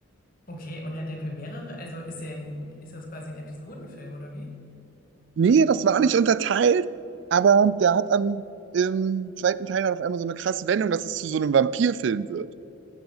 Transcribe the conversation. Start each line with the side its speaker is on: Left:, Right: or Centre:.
Left: Okay, und hat der für mehrere? Also ist der ein, ist das quasi ein Episodenfilm oder wie?
Right: Nee, das war nicht unterteilt, aber der hat am im zweiten Teil dann auf einmal so eine krasse Wendung, dass es zu so einem Vampirfilm wird.